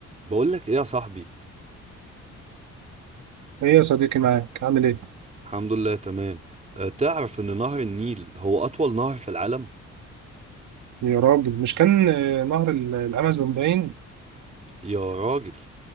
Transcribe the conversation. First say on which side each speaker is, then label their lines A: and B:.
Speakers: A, on the right; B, on the right.
A: بقول لك ايه يا صاحبي
B: ايه يا صديقي معاك عامل ايه
A: الحمد لله تمام أه تعرف ان نهر النيل هو اطول نهر في العالم
B: يا راجل مش كان آه، نهر ال- الامازون باين
A: يا راجل